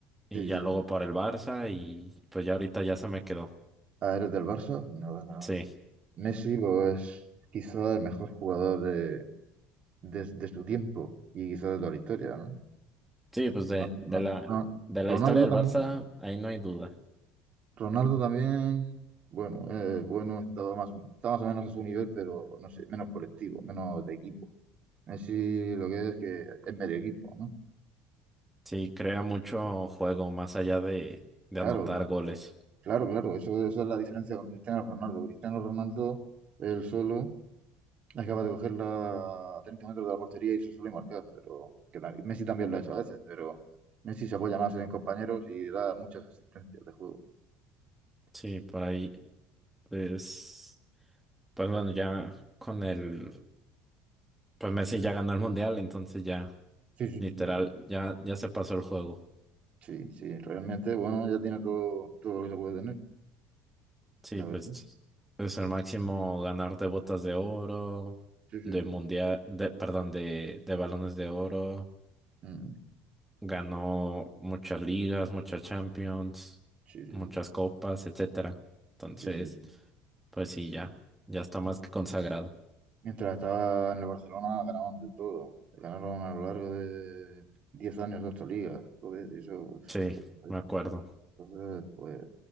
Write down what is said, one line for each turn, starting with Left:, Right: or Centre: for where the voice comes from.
Centre: y
Right: Sí, sí,
Centre: ya luego
Right: sí.
Centre: por el Barça y pues ya ahorita ya se me quedó.
Right: Ah, ¿eres del Barça? Nada, nada.
Centre: Sí,
Right: Messi, pues, es quizá el mejor jugador de, de, de su tiempo y quizá de toda la historia, ¿no?
Centre: sí, pues de,
Right: Ronaldo,
Centre: de
Right: ¿no?
Centre: la,
Right: Ro-
Centre: de
Right: Ronaldo
Centre: la historia del
Right: también.
Centre: Barça, ahí no hay duda.
Right: Ronaldo también, bueno, eh, bueno, estaba más, está más o menos a su nivel, pero no sé, menos colectivo, menos de equipo. Messi lo que es que es medio equipo, ¿no?
Centre: Sí, crea mucho juego más allá de, de
Right: Claro,
Centre: anotar goles.
Right: claro, claro, eso, eso es la diferencia con Cristiano Ronaldo. Cristiano Ronaldo, él solo, acaba de cogerla a 30 metros de la portería y se suele marcar, pero que la- Messi también lo ha hecho a veces, pero Messi se apoya más en compañeros y da muchas asistencias de juego.
Centre: Sí, por ahí, pues, pues bueno, ya con el, pues Messi ya ganó el mundial, entonces ya,
Right: Sí, sí,
Centre: literal,
Right: sí,
Centre: ya, ya se pasó el juego.
Right: sí, sí, sí, realmente, bueno, ya tiene todo, todo lo que se puede tener,
Centre: Sí,
Right: la
Centre: pues
Right: verdad.
Centre: es el máximo ganador de botas de oro,
Right: Sí, sí,
Centre: de
Right: sí.
Centre: mundial, de, perdón, de, de balones de oro.
Right: Mm,
Centre: ganó muchas ligas, muchas Champions,
Right: sí, sí,
Centre: muchas copas, etcétera. Entonces,
Right: sí, sí,
Centre: pues sí, ya, ya está más
Right: sí.
Centre: que consagrado.
Right: Mientras estaba en el Barcelona ganaban de todo. Ganaron a lo largo de 10 años ocho ligas. Joder, eso,
Centre: Sí,
Right: pues,
Centre: me acuerdo.
Right: entonces, pues